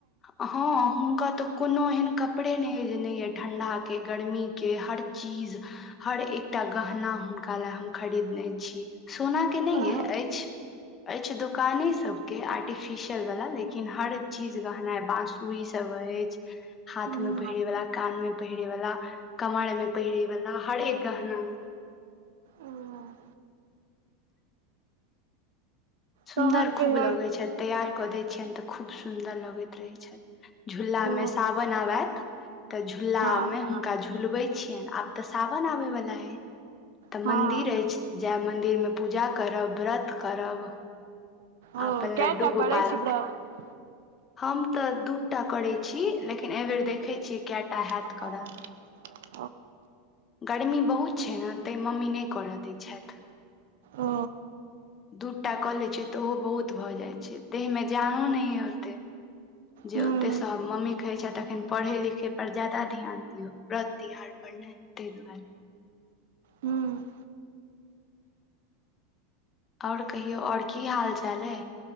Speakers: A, on the left (about 25°); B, on the right (about 75°).
A: हँ हुनका तऽ कोनो एहन क कपड़े नहि ये जे नहि ये ठंडा के गर्मी के हर चीज हर एकटा गहना हुनका लए हम खरीदने छी सोना के नहि
B: ओ
A: अछि अछि दुकाने सबके आर्टिफिशियल वाला लेकिन हर चीज गहना बासुरी सब अछि हाथ
B: हूँ
A: में पहिरे वला कान में पहिरे वाला कमर मे पहिरै वाला हरेक गहना
B: ओ
A: सुन्दर
B: तहन
A: खूब
B: कहियौ
A: लगैत छै तैयार कऽ दैत छियनि तऽ खूब सुन्दर लगैत रहै छ झूला
B: ओ
A: मे सावन आबैत तऽ झूलामे
B: हँ
A: हुनका झुलबै छियनि आब तऽ सावन आबै वला अछि तऽ
B: हँ
A: मन्दिर अछि जायब मन्दिरमे पूजा करब व्रत करब
B: ओ
A: अपन
B: कैटा
A: लड्डू गोपालक
B: करै छी व्रत
A: हम तऽ दू टा करैत छी लेकिन एहिबेर देखैत छियै कएटा हैत
B: हं
A: करल
B: हं
A: गर्मी बहुत छै ने ताहि मम्मी नहि करय दैत छथि
B: ओ
A: दू टा कऽ लैत छियै तऽ ओहो बहुत भऽ जाइत छै देहमे जानो नहि यै ओतेक जे
B: हुँ
A: ओतेसँ मम्मी कहैत छथि तखन पढ़य लिखै पर ज्यादा ध्यान दियौ व्रत तिहार पर तै दुआरे
B: हुँ
A: आओर कहियौ आओर की हाल चाल अइ